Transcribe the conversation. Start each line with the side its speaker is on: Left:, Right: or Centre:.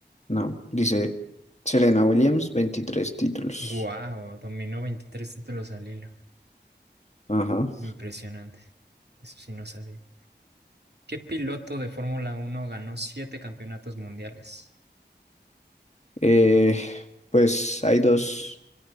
Left: no, dice Serena Williams, 23 títulos.
Right: Wow, dominó 23 títulos al hilo.
Left: Ajá.
Right: Impresionante. Eso sí no sabía. ¿Qué piloto de Fórmula Uno ganó siete campeonatos mundiales?
Left: Eh, pues hay dos.